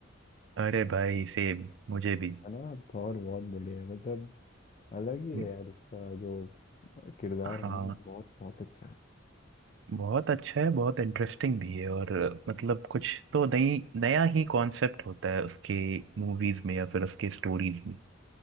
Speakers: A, on the right; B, on the left.
A: अरे भाई सेम मुझे भी
B: है ना थॉर बहुत बढ़िया है मतलब अलग ही है
A: म-
B: यार उसका जो किरदार
A: हाँ
B: है ना बहुत बहुत अच्छा है
A: बहुत अच्छा है बहुत इंटरेस्टिंग भी है और अ, मतलब कुछ तो नई नया ही कॉन्सेप्ट होता है उसके मूवीज में या फिर उसके स्टोरीज में